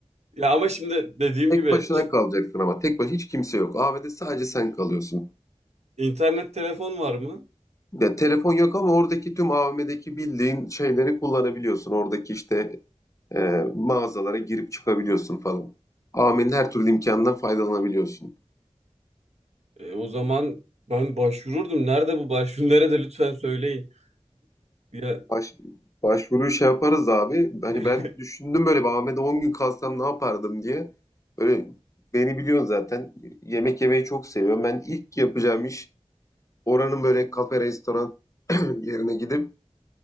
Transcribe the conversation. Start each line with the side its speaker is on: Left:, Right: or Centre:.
Right: ya ama şimdi dediğim
Left: Tek
Right: gibi
Left: başına
Right: şimdi
Left: kalacaksın ama tek başına hiç kimse yok. AVM'de sadece sen kalıyorsun.
Right: internet telefon var mı?
Left: Ya telefon yok ama oradaki tüm AVM'deki bildiğin şeyleri kullanabiliyorsun. Oradaki işte e, mağazalara girip çıkabiliyorsun falan. Amin her türlü imkandan faydalanabiliyorsun.
Right: E, o zaman ben başvururdum. Nerede bu başvuru? <laughs> Nerede lütfen söyleyin. Ya
Left: Baş, başvuruyu şey yaparız abi. Hani
Right: <laughs>
Left: ben düşündüm böyle bir Ahmet'e 10 gün kalsam ne yapardım diye. Böyle beni biliyorsun zaten. Yemek yemeyi çok seviyorum. Ben ilk yapacağım iş oranın böyle kafe, restoran <clears throat> yerine gidip